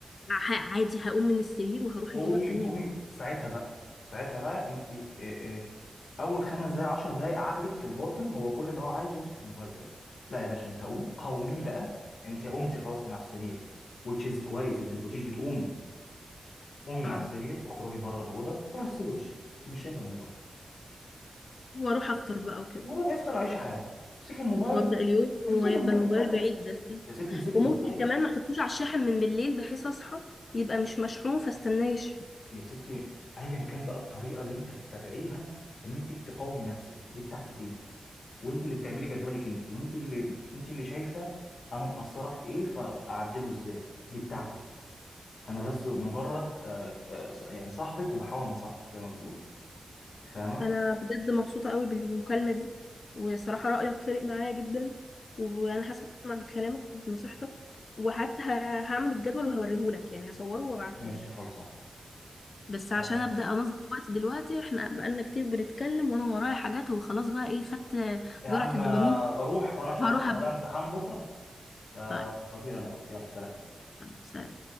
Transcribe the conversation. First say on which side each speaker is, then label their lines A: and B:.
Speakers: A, on the left (about 60°); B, on the left (about 80°).
A: ع- عادي هقوم من السرير وهروح
B: قومي
A: الاوضه التانية
B: قومي
A: اجيب
B: ساعتها بقى ساعتها بقى انت اه، اه، اول خمس دقايق عشر دقايق عقلك الباطن هو كل اللي هو عايزه يمسك الموبايل دلوقتي لا يا باشا انت قوم قومي بقى انت قمتي خلاص من على السرير which is كويس انت ما كنتيش بتقومي قومي من
A: اه
B: على السرير اخرجي بره الاوضه روحي اغسلي وشك انت مش شايفه الموبايل
A: واروح افطر بقى وكده
B: وروحي افطر عيشي حياتك امسكي الموبايل
A: وابدا اليوم ويبقى
B: امسكي الموبايل
A: الموبايل
B: بقى
A: بعيد
B: امسك.
A: ده
B: يا ستي امسكي
A: وممكن
B: الموبايل
A: كمان ما احطوش على الشاحن من بالليل بحيث اصحى يبقى مش مشحون فاستناه يشحن
B: يا ستي ايا كان بقى الطريقه اللي انت هتتبعيها ان انت تقاومي نفسك دي بتاعتك انت وانت اللي بتعملي جدولك انت وانت اللي انت اللي شايفه انا مقصره في ايه فاعدله ازاي دي بتاعتك انا بس مجرد آه، آه، ص- يعني صاحبك وبحاول انصحك زي ما بيقولوا انت فاهمه
A: انا بجد مبسوطه قوي بالمكالمه دي وصراحه رايك فارق معايا جدا وانا هسمع بكلامك وبنصيحتك وحتى ه- هعمل الجدول وهوريهولك يعني هصوره وابعتهولك
B: ماشي خلصان
A: بس عشان
B: انا
A: ابدا انظم وقتي دلوقتي احنا بقالنا كتير بنتكلم وانا ورايا حاجات وخلاص بقى ايه خدت
B: يا
A: جرعه
B: عم
A: الدوبامين
B: آه، اروح وانا عشان
A: وهروح
B: اصلا
A: ابدا
B: ورايا امتحان بكره فاطير
A: طيب
B: انا بقى يلا سلام
A: سلام